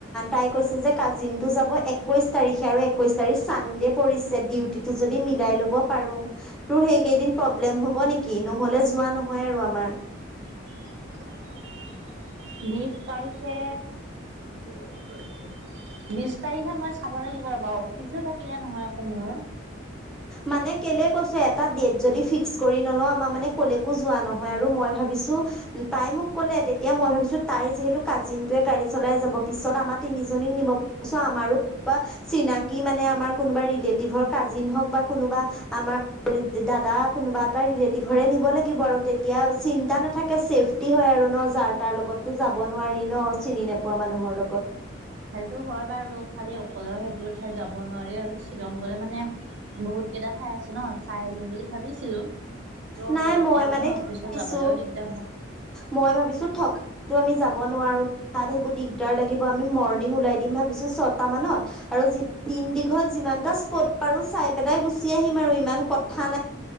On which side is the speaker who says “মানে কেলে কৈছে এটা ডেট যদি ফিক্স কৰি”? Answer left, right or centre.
Centre